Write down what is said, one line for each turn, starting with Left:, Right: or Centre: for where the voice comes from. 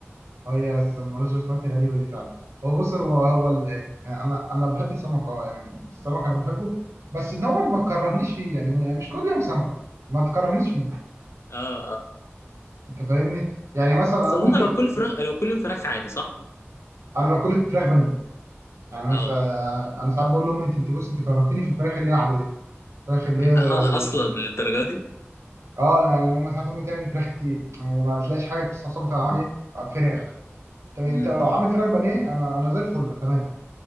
Right: اه يا أس- المرز البسمتي غريبه دي فعلا هو بص هو هو ال... يعني انا انا بحب السمك اه يعني السمك انا بحبه بس ان هو ما تكرهنيش فيه يعني مش كل يوم سمك ما تكرهنيش فيه
Left: اه اه
Right: انت فاهمني يعني مثلا
Left: بس
Right: انا
Left: اظن
Right: ممكن
Left: لو كل فراخ لو كل فراخ عادي صح
Right: انا لو كلت فراخ بانيه يعني انا
Left: اه
Right: سا... انا ساعات بقول لامي انت انت بص انت كرهتني في الفراخ اللي هي العاديه الفراخ اللي
Left: أ-
Right: هي ال-
Left: اصلا للدرجه دي
Right: اه يعني لما ساعات امي تعمل فراخ كتير يعني ما تلاقيش حاجه تستعصب عليه فراخ طب يعني
Left: امم
Right: انت لو عامل فراخ بانيه انا انا زي الفل تمام